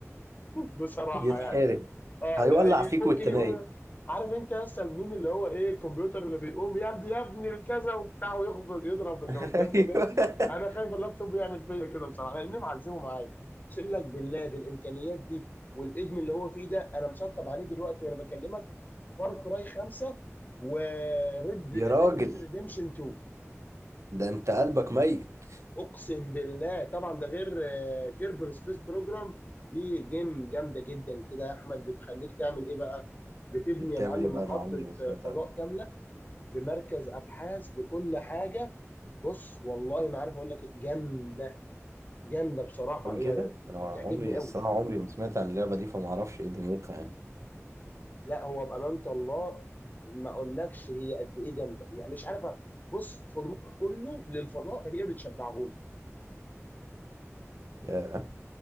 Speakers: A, on the left; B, on the right.
A: <laughs> بصراحه
B: يتحرق
A: يعني اه
B: هيولع
A: ي-
B: فيك
A: ممكن
B: وانت
A: يقول
B: نايم
A: عارف انت يا اسطى الميم اللي هو ايه الكمبيوتر اللي بيقوم يدي يا ابني الكذا وبتاع ويخبط يضرب اللي
B: <laughs>
A: قدامه
B: ايوه
A: ده انا خايف اللابتوب يعمل فيا كده بصراحه لاني معذبه معايا اقسم لك بالله بالامكانيات دي والادم اللي هو فيه ده انا مسطب عليه دلوقتي وانا بكلمك فار كراي 5 وريد
B: يا راجل
A: ريد ديد ريديمشن 2
B: ده انت قلبك ميت
A: اقسم بالله طبعا ده غير كيربر سبيس بروجرام دي جيم جامده جدا كده يا احمد بتخليك تعمل ايه بقى بتبني
B: دي بتعمل
A: يا معلم
B: ايه بقى
A: محطه
B: انا عمري ما سمعت
A: آه، فضاء
B: عنها
A: كامله بمركز ابحاث بكل حاجه بص والله ما عارف اقول لك إيه، جامده جامده بصراحه
B: قوي
A: هي
B: كده انا
A: بتعجبني
B: عمري
A: قوي
B: الصراحه عمري ما سمعت عن اللعبه دي فما اعرفش ايه دنيتها يعني
A: لا هو بامانه الله ما اقولكش هي قد ايه جامده يعني مش عارفه بص فضول كله للفضاء هي بتشبعهولي
B: ياه